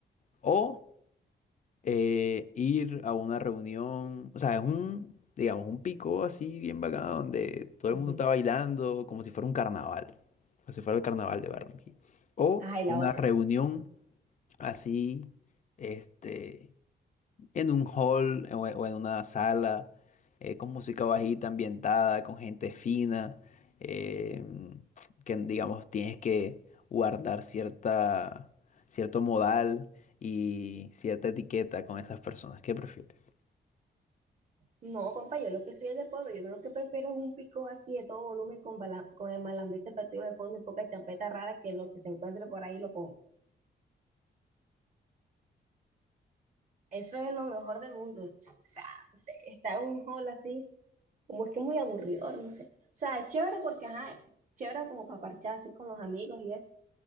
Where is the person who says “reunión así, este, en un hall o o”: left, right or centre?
Left